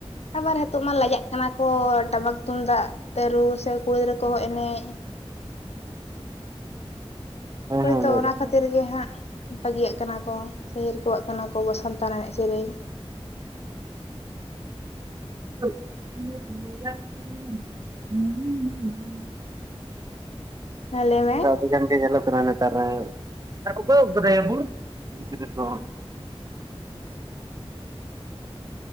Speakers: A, on the left; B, on the right.
A: ᱟᱵᱟᱨ ᱦᱤᱛᱚᱜ ᱢᱟ ᱞᱟᱡᱟᱜ ᱠᱟᱱᱟ ᱠᱚ ᱴᱟᱢᱟᱠ ᱛᱩᱢᱫᱟᱜ ᱛᱮ, ᱨᱩ ᱥᱮ ᱠᱩᱲᱤ ᱜᱤᱫᱽᱨᱟᱹ ᱠᱚᱦᱚ ᱮᱱᱮᱡ
B: ᱦᱮᱸ
A: ᱦᱳᱭ
B: ᱦᱮᱸ
A: ᱛᱚ ᱚᱱᱟ ᱠᱷᱟᱹᱛᱤᱨ ᱜᱮ ᱦᱟᱸᱜ, ᱵᱟᱹᱜᱤᱭᱟᱜ ᱠᱟᱱᱟ ᱠᱚ ᱥᱮ ᱦᱤᱨᱠᱟᱹᱣᱟᱜ ᱠᱟᱱᱟ ᱠᱚ ᱟᱵᱚ ᱥᱟᱱᱛᱟᱲ ᱮᱱᱮᱡ ᱥᱮᱨᱮᱧ᱾
B: <unintelligible>
A: ᱦᱮᱸ ᱞᱟᱹᱭ ᱢᱮ᱾
B: ᱟᱹᱰᱤ ᱜᱟᱱ ᱜᱮ ᱧᱮᱞᱚ ᱠᱟᱱᱟ ᱱᱮᱛᱟᱨ ᱢᱟ, ᱟᱨ ᱚᱠᱚᱭ ᱩᱵ ᱠᱟᱫᱟᱭᱟ ᱦᱩᱲᱩ? ᱦᱤᱨᱤᱡ ᱟᱠᱟᱫᱟ ᱠᱚ ᱾ <unintelligible>